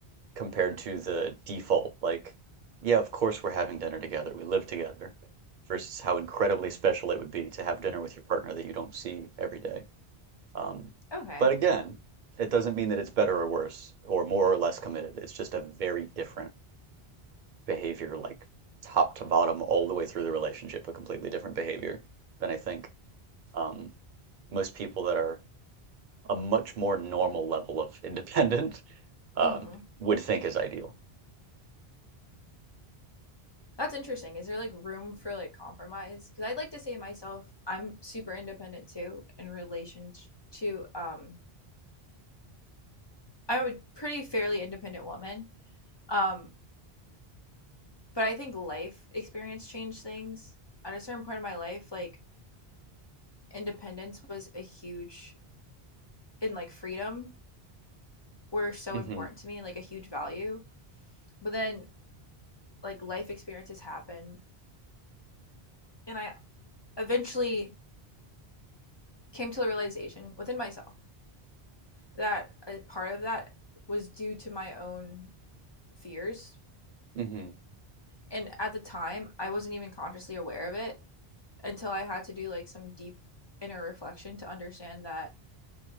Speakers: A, on the right; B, on the left.
A: compared to the default. Like, yeah, of course we're having dinner together. We live together. Versus how incredibly special it would be to have dinner with your partner that you don't see every day. Um,
B: okay.
A: but again, it doesn't mean that it's better or worse or more or less committed. It's just a very different behavior like top to bottom all the way through the relationship a completely different behavior than i think um, most people that are a much more normal level of <laughs> independent um,
B: Mm-hmm.
A: would think is ideal
B: That's interesting. Is there like room for like compromise? Because I'd like to say myself, I'm super independent too in relation to um I'm a pretty fairly independent woman. Um, but I think life experience changed things. At a certain point in my life, like independence was a huge and like freedom were so
A: hmm
B: important to me, like a huge value. But then like life experiences happen and I eventually came to the realization within myself that a part of that was due to my own fears.
A: hmm
B: And at the time, I wasn't even consciously aware of it. until I had to do like some deep inner reflection to understand that,